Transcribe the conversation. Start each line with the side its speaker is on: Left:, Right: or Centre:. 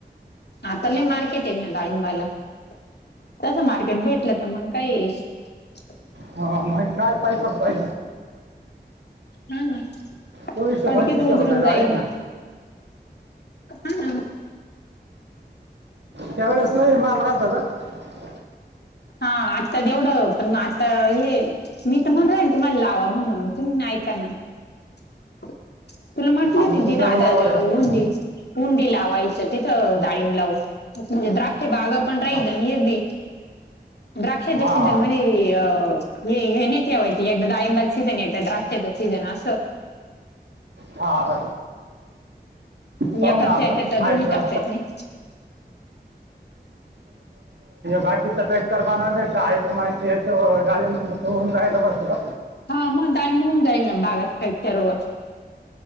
Left: आता लय मारकेट हाय ना डाळिंबाला त्याच मार्केट भेटल त मग काय ह <unintelligible>
Right: हा म काय पाहिजे होई
Left: हा ना
Right: चोवीसशे
Left: कडकीच
Right: पंचवीसशे
Left: उदरून
Right: रुपये जाळी
Left: जाई
Right: ना
Left: म हा
Right: त्यावेळेस नाही माल राहत <unintelligible>
Left: हा आत्ता तेवढं पण मग आता हे मी तर म्हण राहील तुम्हाला लावा म्हणून तुम्ही ऐकना तुला म्हंटलं
Right: आमचं
Left: होती तिथ
Right: जड
Left: आता
Right: वावर आहे.
Left: उंडी उंडी ला तिथंडा डाळिंब लाव द्राक्ष बाग पण राहिल
Right: हा
Left: नाही हे बी द्राक्षचे
Right: हा
Left: सीजन मजी हे हे नाही ठेवायची एकदा डाळिंबाचा सीझन येत द्रक्ष्याचा सीजन असं
Right: हा पाहू
Left: एकात
Right: ना आता
Left: तर दोन्ही
Right: आहे का?
Left: टप्प्या आहेत नाही
Right: बाकी तर बेक्चर ब माहीतय डाळिंब होघून जायलं बसल
Left: हा मग होऊन जाईल ना बागा फ्रॅक्चर व